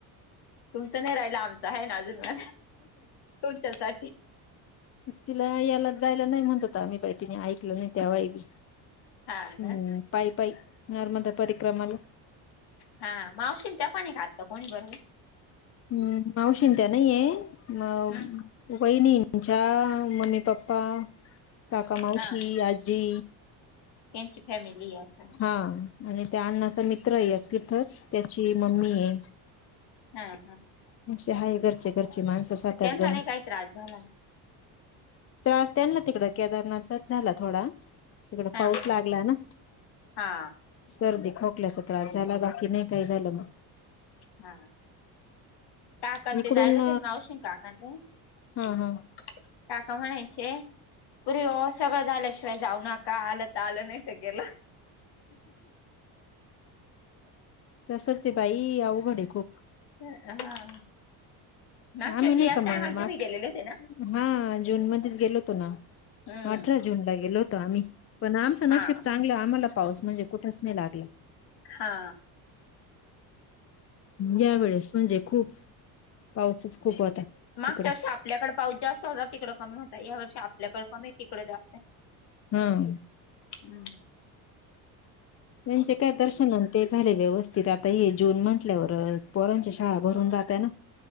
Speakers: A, on the left (about 60°); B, on the left (about 35°).
A: तुमचं नाही राहिलं आमचं आहे ना अजून तुमच्या सा
B: तिला याला जायला नाही म्हणतोता आम्ही बैटीने ऐकल नाही त्याव्हाबी हम्म
A: हा ना
B: पाई पाई नर्मदा परिक्रमाला
A: हा मावशीमच्या पाणी खातत कोणी बरोबर
B: हम्म मावशी त्या नाहीय म
A: हम्
B: बहिणीच्या मम्मी पप्पा काका मावशी
A: हा
B: आजी
A: त्यांची फॅमिली असा
B: हा आणि त्या अण्णाचा मित्र य तिथंच त्याची मम्मी आहे
A: हा हा
B: म्हणे हाय घरचे घरचे माणसं सातठ
A: त्यांना
B: जण
A: नाही काही त्रास झाला ना
B: त्रास त्यां ना तिकड केदारनाथच झाला थोडा तिकड
A: हा
B: पाऊस लागला ना
A: हा
B: सर्दी ख कल्या त्रास झाला बाकी नाही काही झालं मग
A: हा काकां
B: इकडून
A: ते जायलाच मावशी काकांते
B: हा
A: का
B: हा
A: का म्हणायचे पुर्री सगळं झाल्याशिवाय जाऊ नका आलंत आलं नाही तर गेलं
B: तर सचचे भई आं घडे खूप
A: हा मागच्या
B: हा मी
A: वर्षी
B: नाही
A: याच
B: का
A: टायमाला
B: मग मार्च
A: तुम्ही गेलेले होते ना
B: हा जून मध्येच गेलो होतो ना
A: हम्म
B: अठरा जून ला गेलो होतो आम्ही पण आमचं नशिब
A: हा
B: चांगलं आ मला पाऊस म्हणजे कुठच नाही लागला
A: हा
B: यावेेळेस म्हणजे खूप पाऊसच खूप होता
A: मागच्या
B: तिकडं
A: वर्षी आपल्याकडे पाऊस जास्त होता तिकडे कमी होता या वर्षी आपल्याकडे कमी तिकडे जास्त
B: हम
A: हम्म
B: म्हणजे काय दर्शनान ते झाले व्यवस्थित आता ये जून म्हंटल्यावरच पंच्या शाळा भरून जातय ना